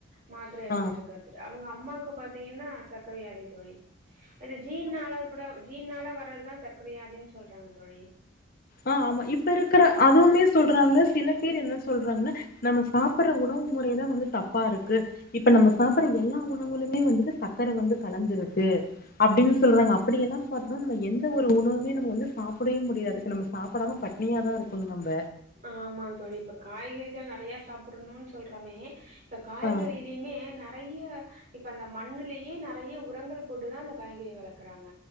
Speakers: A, on the right; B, on the left.
A: மாத்ர எடுத்துட்டுருக்காரு
B: ஆ
A: துட்டு அவங்க அம்மாக்கு பாத்தீங்கன்னா சக்கர வியாதி தோழி அது ஜீன்னால கூட ஜீன்னால வர்றதுதா சர்க்கரை வியாதுன் சொல்றாங்க தோழி
B: ஆ ஆமா இப்பருக்கற அதுவுமே சொல்றாங்க சில பேர் என்ன சொல்றாங்கன்னா நம்ம சாப்புட்ற உணவு முறைதா வந்து தப்பாருக்கு இப்ப நம்ம சாப்பட்ற எல்லா உணவுகளுமே வந்துட்டு சக்கர வந்து கலந்துருக்கு அப்படின்னு சொல்றாங்க அப்படியெல்லா பாத்தா நம்ம எந்த ஒரு உணவுமே நம்ம வந்து சாப்புடவே முடியாது நம்ம சாப்டாம பட்டனியாதா இருக்கணு நம்ப
A: ஆமா தோழி இப்ப காய்கறிகள் நறைய சாப்புடணுன்னு சொல்றாமே இப்ப காய்கறிலியுமே
B: ஆ
A: நறைய இப்ப அந்த மண்ணுலேயே நறைய உரங்கள் போட்டுதா அந்த காய்கறியை வளக்குறாங்க